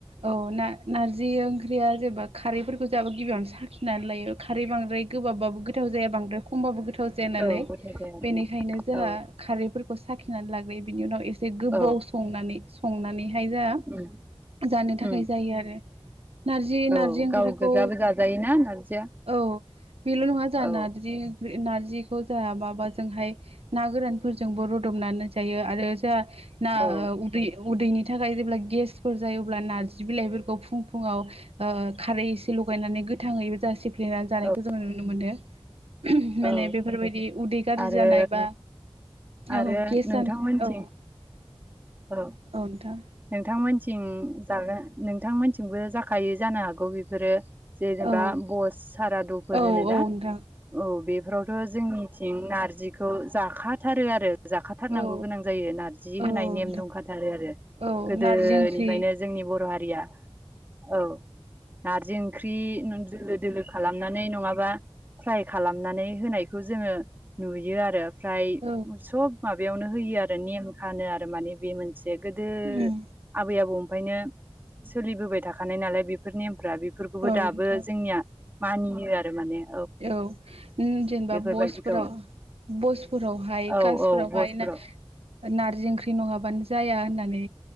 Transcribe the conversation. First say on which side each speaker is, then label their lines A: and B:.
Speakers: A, on the right (about 75°); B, on the right (about 20°).
A: औ ना-नारजि ओंख्रिया जेब्ला खारैफोरखौ जों गिबियावनो साखिनानै लायो खारै बांद्राय गोबाब बाबो गोथाव जाया बांद्राय खमबाबो गोथाव जाया नालाय
B: औ गोथाव जाया आरोना
A: बेनिखायनो जोंहा
B: औ
A: खारैफोरखौ साखिनानै लाग्रोयो बिनि उनाव एसे गोबाव
B: औ
A: संनानै संनानै हाय जा
B: उम
A: जानो थाखाय
B: उम
A: जायो आरो। नारजि
B: औ
A: नार्जि ओंख्रिखौ
B: गाव गोजाबो जाजायोना नारजिया
A: औ बेल' नङा जाहा
B: औ
A: नारजि नारजिखौ जाहा माबा जोंहाय ना गोरानफोरजोंबो रुदबनानै जायो आरो जाहा ना
B: औ
A: उदै उदैनि थाखाय जेब्ला गेसफोर जायो अब्ला नार्जि बिलाइफोरखौ फुं फुुंआव ओ खारै एसे लगायनानै गोथाङैबो जा सेफ्लेनानै जानायखौ
B: औ
A: जोङो नुनो मोनो। माने
B: औ
A: बेफोरबायदि उदै गाज्रि
B: आरो
A: जानाय बा
B: आरो
A: औ गेसानो
B: नोंथांमोनथिं
A: औ औ
B: औ
A: नोंथां।
B: नोंथांमोनथिं जाग्रा नोंथांमोनथिंबो जाखायो जानो हागौ बेफोरो। जेनेबा
A: औ
B: बस सारादुफोर
A: औ
B: होनोना
A: औ नोंथां
B: औ बेफोरावथ' जोंनि थिं नारजिखौ जाखाथारो आरो। जाखाथारनांगौ
A: औ
B: गोनां जायो नारजि
A: औ
B: होनाय
A: नोंथां
B: नेम दंखाथारो आरो।
A: औ
B: गोदोनिफ्रायनो
A: नारजि ओंख्रि
B: जोंनि बर' हारिया। औ नारजि ओंख्रि नु दोलो दोलो खालामनानै नङाबा फ्राइ खालामनानै होनायखौ जोङो नुयो आरो। ओमफ्राय
A: औ
B: सब माबायावनो होयो आरो नेम खानो आरो माने बे मोनसे गोदो
A: उम
B: आबै आबौ निफायनो सोलिबोबाय थाखानाय नालाय बेफोरनि‌ नेम फ्रा बेफोरखौबो
A: औ
B: दाबो
A: नोंथां
B: जोंनिया मानियो आरो माने।
A: औ न जेनेबा
B: बेफोरबायदिखौ
A: बसफोराव बसफोरावहाय
B: औ
A: कासफोरावहाय
B: औ बसफ्राव
A: ना नारजि ओंख्रि नङाबानो जाया होननानै